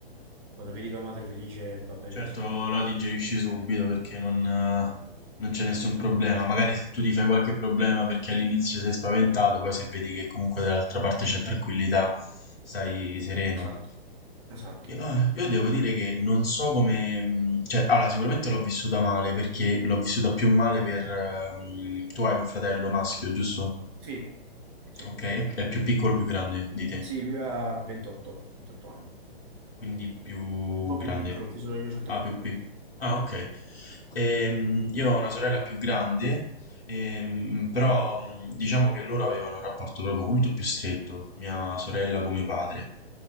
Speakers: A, on the right; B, on the left.
A: quando vedi tua madre felice va bene
B: Certo,
A: così.
B: la digerisci subito perché non, eh, non c'è nessun problema. Magari se tu ti fai qualche problema perché all'inizio sei spaventato, poi se vedi che comunque dall'altra parte c'è tranquillità, stai sereno.
A: Esatto. Esatto.
B: Io, eh, io devo dire che non so come... mh, Cioè, allora, sicuramente l'ho vissuta male perché l'ho vissuta più male per... ehm, tu hai un fratello maschio, giusto?
A: Sì, sì.
B: Ok, è, è più piccolo o più grande di te,
A: Sì, lui ha 28, 28 anni.
B: quindi più
A: Un po'
B: grande.
A: più piccolo, chi sono io, ho 31.
B: Ah, più pic- Ah, ok. Ehm, io ho una sorella più grande, ehm, però mh, diciamo che loro avevano un rapporto proprio molto più stretto, mia sorella con mio padre.